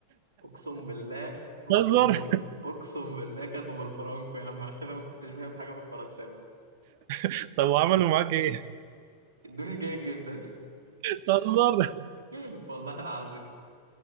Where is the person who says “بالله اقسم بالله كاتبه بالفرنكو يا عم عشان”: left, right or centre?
Right